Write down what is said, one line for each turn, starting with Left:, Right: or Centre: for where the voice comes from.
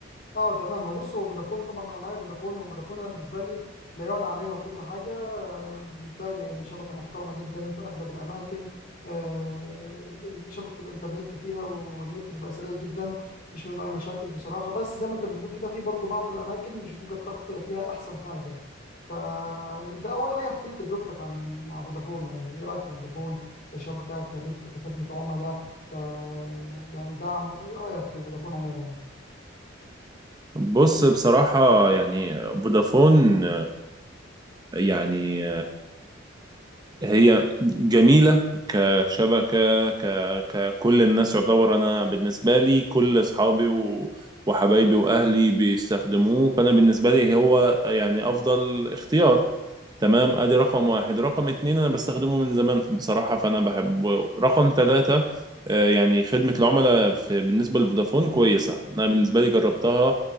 Left: اه تمام هو بص هو فودافون طبعا انا معايا فودافون وفودافون انا بالنسبه لي لا يعلى عليها وكل حاجه آه، بالنسبه لي يعني شبكه محترمه جدا في اغلب الاماكن آه، شبكه الانترنت فيها والنت بيبقى سريع جدا مفيش منه اي مشاكل بصراحه بس زي ما انت بتقول كده في برضه بعض الاماكن مش بتبقى التغطيه فيها احسن حاجه فانت اول حاجه احكي لي تجربتك عن مع فودافون يعني ايه رايك في فودافون كشبكه كنت كخدمه عملاء ك يعني دعم ايه رايك في فودافون عموما
Right: بص بصراحة يعني فودافون يعني هي جميلة كشبكة ك... ككل الناس يعتبر أنا بالنسبة لي كل أصحابي و... وحبايبي وأهلي بيستخدموه فأنا بالنسبة لي هو يعني أفضل اختيار تمام ادي رقم واحد رقم اتنين انا بستخدمه من زمان بصراحة فانا بحبه رقم تلاتة آه، يعني خدمة العملاء في بالنسبة لفودافون كويسة انا بالنسبة لي جربتها